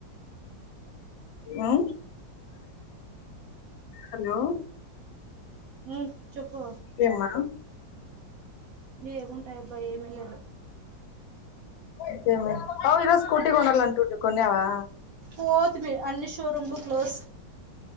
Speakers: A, on the left; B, on the right.
A: ఆ హలో
B: ఉ చెప్పు
A: ఏమ్మా
B: ఏముంటాయి అబ్బా ఏమి లేదు
A: అంతేనే బావ ఈ రోజు స్కూటీ కొనల్ అంటుండు కొన్యావా
B: పోతుమీ అన్ని షోరూం లు క్లోజ్